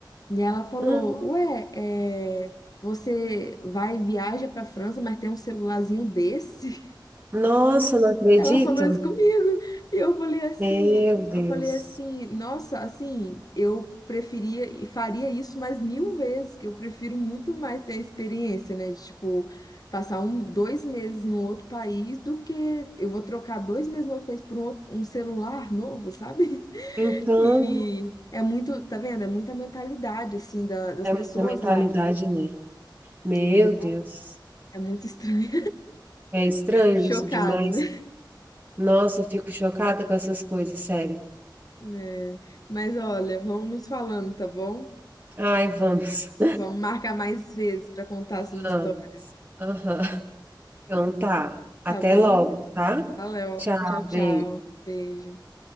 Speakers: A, on the left; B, on the right.
A: E ela falou:
B: Ah,
A: Ué, é, você vai, viaja pra França, mas tem um celularzinho desse? <laughs>
B: Nossa, não acredito.
A: Ela falou isso comigo. E eu falei assim:
B: Meu Deus.
A: Eu falei assim, nossa, assim, eu preferia e faria isso mais mil vezes, que eu prefiro muito mais ter a experiência, né? De tipo, passar um, dois meses num outro país do que eu vou trocar dois meses no outro país por um, outro- um celular novo, sabe? <laughs>
B: Então,
A: E. É muito, tá vendo? É muita mentalidade, assim, da- das
B: é
A: pessoas
B: muita mentalidade,
A: lá.
B: né? Meu
A: É
B: Deus,
A: é muito estranho.
B: é estranho
A: <laughs> Chocado,
B: isso demais.
A: né?
B: Nossa, eu fico chocada com essas coisas, sério.
A: É. Mas olha, vamos nos falando, tá bom?
B: Ai, vamos,
A: Vamos marcar mais vezes pra contar
B: <laughs>
A: essas histórias,
B: vamos. Aham. Então tá, até
A: tá bom?
B: logo, tá?
A: Valeu.
B: Tchau,
A: Tchau, tchau.
B: beijo.
A: Beijo.